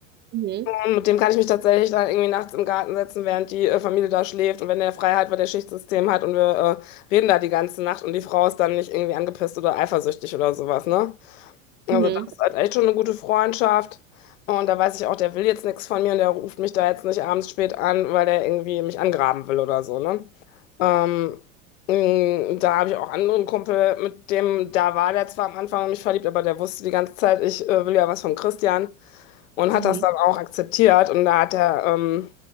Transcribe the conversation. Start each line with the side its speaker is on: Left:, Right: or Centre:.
Right: Mhm.
Left: Und mit dem kann ich mich tatsächlich dann irgendwie nachts im Garten setzen, während die äh, Familie da schläft und wenn der frei hat, weil der Schichtsystem hat und wir äh, reden da die ganze Nacht und die Frau ist dann nicht irgendwie angepisst oder eifersüchtig oder sowas, ne? Also
Right: Mhm.
Left: das ist halt echt schon eine gute Freundschaft. Und da weiß ich auch, der will jetzt nichts von mir und der ruft mich da jetzt nicht abends spät an, weil der irgendwie mich angraben will oder so, ne? Ähm, mh, da habe ich auch anderen Kumpel, mit dem, da war der zwar am Anfang in mich verliebt, aber der wusste die ganze Zeit, ich äh, will ja was von Christian und hat
Right: Mhm.
Left: das dann auch akzeptiert. Und da hat er, ähm,